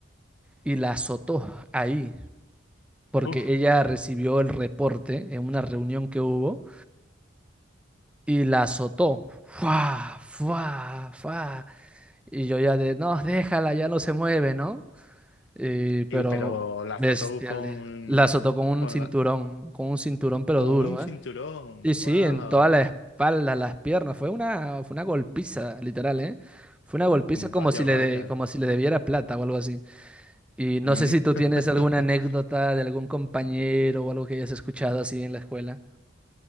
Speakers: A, in the centre; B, on the left.
A: y la azotó ahí, porque
B: Uf.
A: ella recibió el reporte en una reunión que hubo y la azotó. ¡Fua! ¡Fua! ¡Fua! Y yo ya de, no, déjala, ya no se mueve, ¿no? Eh,
B: Y
A: pero
B: pero la
A: bestial.
B: foto con,
A: eh. La azotó con un
B: con
A: cinturón,
B: la,
A: con un cinturón pero
B: con
A: duro,
B: un cinturón.
A: ¿eh? Sí, sí,
B: Wow.
A: en toda la espalda, las piernas. Fue una, fue una golpiza, literal, ¿eh? Fue una golpiza como
B: Vaya,
A: si le,
B: vaya.
A: de- como si le debiera plata o algo así. Y no
B: Mm.
A: sé si tú tienes
B: <laughs>
A: alguna anécdota de algún compañero o algo que hayas escuchado así en la escuela.